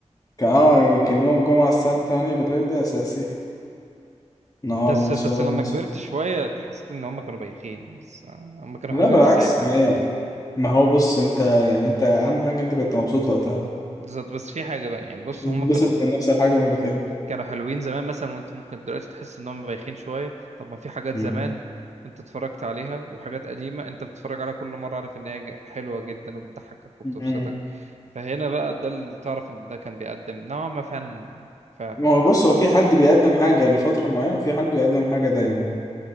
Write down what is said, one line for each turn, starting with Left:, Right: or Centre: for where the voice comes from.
Left: كان اه كان يوم الجمعة الساعة 8 بالليل ده اساسي نقعد
Right: بس
Left: نشغل
Right: بس لما
Left: مصر
Right: كبرت شويه حسيت ان هم كانوا بايخين بس آه، هم كانوا
Left: لا
Right: حلوين
Left: بالعكس
Right: في ساعتها
Left: ما هي ما هو بص انت يعني انت اهم حاجه انت كنت مبسوط وقتها
Right: بالظبط بس في حاجه بقى يعني بص
Left: بتتبسط
Right: هم كانوا
Left: من نفس الحاجه مرتين
Right: كانوا حلوين زمان مثلا وانت ممكن دلوقتي تحس انهم بايخين شويه طب ما في حاجات
Left: مم.
Right: زمان انت اتفرجت عليها وحاجات قديمه انت بتتفرج عليها كل مره عارف ان هي ج- حلوه جدا وبتضحكك وبتبسطك
Left: مم.
Right: فهنا بقى ده اللي تعرف ان ده كان بيقدم نوعا ما فن فعلا
Left: ما هو
Right: يعني
Left: بص هو في حد بيقدم حاجه لفتره معينه وفي حد بيقدم حاجه دايما